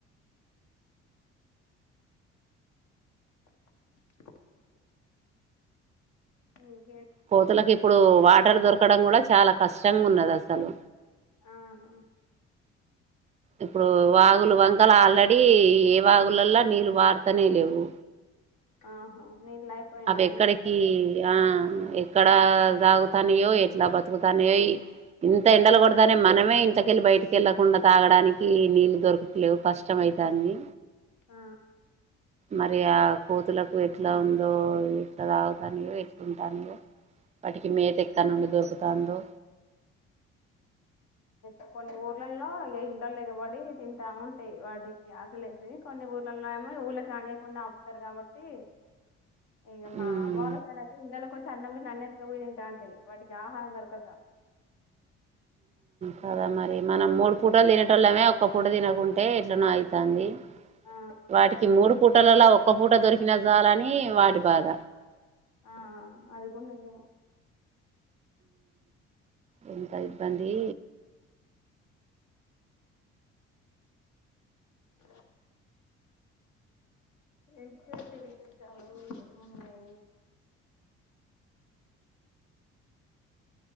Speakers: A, on the left (about 65°); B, on the right (about 20°).
A: చ్ ఏయ్
B: కోతులలకు ఇప్పుడు వాటర్ దొరకడం కూడా చాలా కష్టంగా ఉన్నది అసలు
A: ఆహా
B: ఇప్పుడు వాగులు వంకలు ఆల్రెడీ ఏ వాగులలా నీళ్లు పారుతనే లేవు
A: ఆహా నీళ్ళు అయిపోయినాయి
B: అవి ఎక్కడికి
A: అన్నిట్లలో
B: ఆ ఎక్కడ తాగుతానియో ఎట్లా బతుకుతానియోయి ఇంత ఎండలు కొడతనే మనమే ఇంతకెళ్ళి బయటికి వెళ్ళకుండా తాగడానికి నీళ్ళలు దొరకలేవు కష్టమై తాంది
A: ఆ
B: మరి ఆ కోతులకు ఎట్లా ఉందో ఎట్లా తాగుతానియో ఎట్లాంటానియో వాటికి మేత ఎక్క నుండి దొరుకుతందో
A: ఉ కొన్ని ఊర్లలో ఇగా ఇండ్లలో ఎకబడి తింటా ఉంటాయి వాటికి ఆకలేసి కొన్ని ఊర్ల ఏమో ఊళ్ళకి రానియకుండా ఆపుతారు కాబట్టి ఏమ్
B: ఉమ్
A: అమ్ళ వల్ల సైడ్ అయితే ఇండ్లలకి వచ్చీ అన్నం నాన్నెతకపోయి తింటా అంటే వాటికి ఆహారం దొరకక
B: కదా మరి మనం మూడు పూటలు తినేట వాళ్ళమే ఒక్క పూట తినకుంటే ఇట్ననో అవుతుంది
A: ఆ
B: వాటికి మూడు పూటలలా ఒక్క పూట దొరికిన చాలని వాటి బాధ
A: ఆ అది కూడా నిజం
B: ఎంత ఇబ్బంది
A: చ్ ఇక వితే చాలన్నా <inaudible>